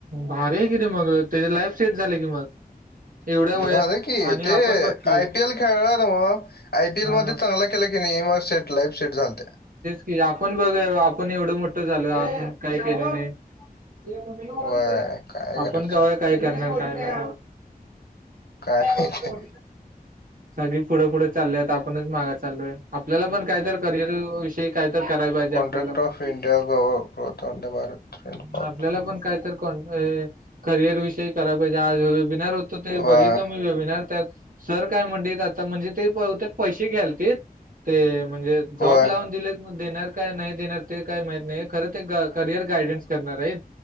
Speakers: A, on the right (about 60°); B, on the left (about 85°).
A: भारी आहे कि रे मग त्याझी लाईफ सेट झाले की मग. एवढ्या
B: मग
A: वयात
B: झालं की
A: आणि
B: ते
A: आपण बघ की
B: आयपीएल खेळला नव्ह आयपीएल
A: हा
B: मध्ये चांगला केला की नाही मग सेट लाईफ सेट झालत
A: ते आपण बघ आपण एवढं मोठं झाल आपण काय केलं नाही. <unintelligible>
B: वय काय
A: आपण
B: करायचं
A: कव्हा काय करणार काय नाय
B: काय
A: तवा
B: माहिती
A: सगळी पुढं पुढं चालेत आपणच माग चालोय आपल्याला पण काय कायतर करिअर विषयी कायतर करायला पाहिजे
B: कॉन्ट्रॅक्ट
A: आपल्याला पण.
B: Of India growth on the Bharat trend for
A: आपल्याला
B: थ्रू
A: पण कायतर कोण करिअर विषयी करायला पाहिजे आज वेबिनार हो तो ते बघितलं
B: वय
A: मी वेबिनार त्यात सर काय म्हणलीत आता म्हणजे ते पैसे घ्यालतीत ते म्हणजे
B: वय
A: दिलेत मग देणार काय नाही देणार ते काय माहित नाही खरं ते क करियर गायडन्स करणार आहेत.